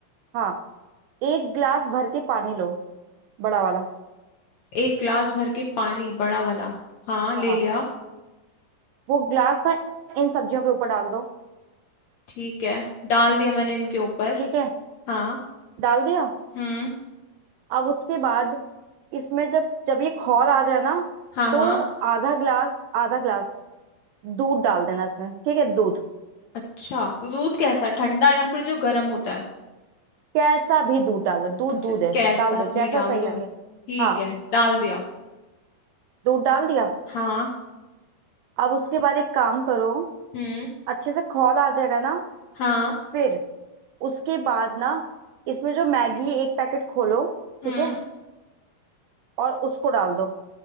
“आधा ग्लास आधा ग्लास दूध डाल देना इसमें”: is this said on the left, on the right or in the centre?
Right